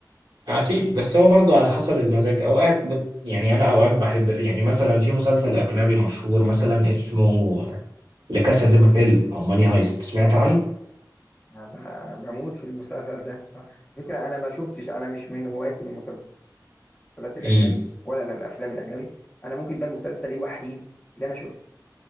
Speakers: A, on the right; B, on the left.
A: اكيد بس هو برضه على حسب المزاج اوقات بت... يعني انا اوقات بحب يعني مثلا في مسلسل اجنبي مشهور مثلا اسمه لكاسا دي بابيل او ماني هايست سمعت عنه
B: أنا بموت في المسلسل ده بصراحة على فكرة أنا ما شفتش أنا مش من هواة المسلسلات الأجنبي
A: امم
B: ولا الأفلام الأجنبي أنا ممكن ده المسلسل الوحيد اللي أنا شفته